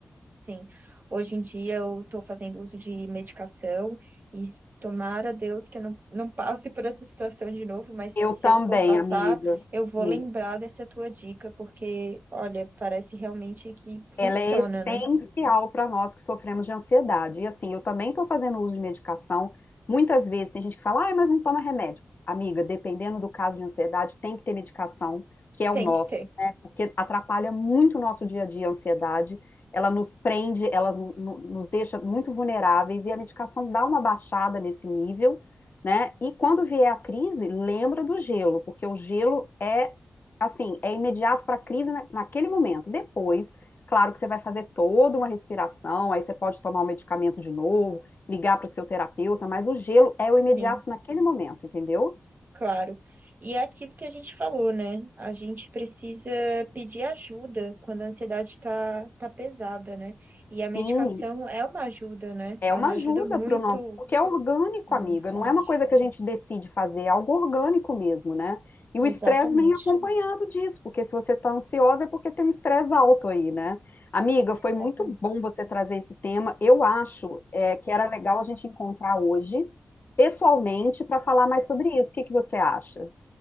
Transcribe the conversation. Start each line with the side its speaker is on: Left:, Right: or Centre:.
Right: sim. Hoje em dia eu estou fazendo uso de medicação e s- tomara a Deus que eu não, não passe por essa situação de novo, mas
Left: Eu
Right: se
Left: também,
Right: eu for passar,
Left: amiga.
Right: eu vou
Left: Isso.
Right: lembrar dessa tua dica, porque, olha, parece realmente que funciona,
Left: Ela é essencial
Right: né?
Left: para nós que sofremos de ansiedade. E assim, eu também estou fazendo uso de medicação. Muitas vezes tem gente que fala, ah, mas não toma remédio. Amiga, dependendo do caso de ansiedade, tem que ter medicação, que é
Right: Tem
Left: o nosso,
Right: que ter.
Left: né? Porque atrapalha muito o nosso dia a dia a ansiedade. Ela nos prende, ela no- no- nos deixa muito vulneráveis e a medicação dá uma baixada nesse nível, né? E quando vier a crise, lembra do gelo, porque o gelo é assim, é imediato para a crise na- naquele momento. Depois Claro que você vai fazer toda uma respiração, aí você pode tomar o medicamento de novo, ligar para o seu terapeuta, mas o gelo é o imediato
Right: Sim.
Left: naquele momento, entendeu?
Right: Claro. E é aquilo que a gente falou, né? A gente precisa pedir ajuda quando a ansiedade está tá tá pesada, né? E
Left: Sim,
Right: a medicação é uma ajuda, né?
Left: É
Right: É
Left: uma
Right: uma
Left: ajuda
Right: ajuda muito,
Left: para o nosso, porque é orgânico,
Right: muito
Left: amiga,
Right: forte.
Left: não é uma coisa que a gente decide fazer, é algo orgânico mesmo, né? E o estresse
Right: Exatamente.
Left: vem acompanhado disso, porque se você está ansiosa é porque tem um estresse alto aí, né? Amiga,
Right: Exatamente.
Left: foi muito bom você trazer esse tema. Eu acho, é, que era legal a gente encontrar hoje, pessoalmente, para falar mais sobre isso. O que que você acha?